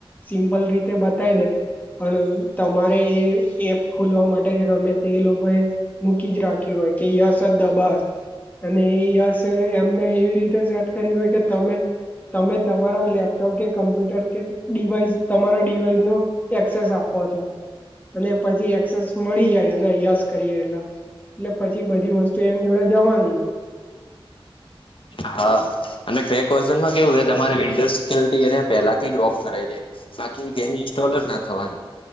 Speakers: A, on the left; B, on the left.
A: સિમ્પલ રીતે બતાવી દે, પણ. તમારે એ એપ ખોલવા માટે કે ગમે તે લોકો એ. મૂકી જ રાખી હોય કે યસ જ દબાવે. અને યસ એમને એવી રીતે સેટ કર્યું હોય કે તમે. તમે તમારા લેપટોપ કે કમ્પ્યુટર કે ડિવાઈસ, તમારા ડિવાઈસ નો એક્સેસ આપો છો અને પછી એક્સેસ મળી જાય, એને યસ કરીએ એલા. એટલે પછી બધી વસ્તુ એની જોડે જવાની.
B: હા. અને ક્રેક વર્ઝનમાં કેવું, તમારે વિન્ડોઝ સિક્યોુરિટી એ પેલાથી જ ઓફ કરાઈ દે. બાકી ગેમ ઇન્સ્ટોલ જ ના થવાની.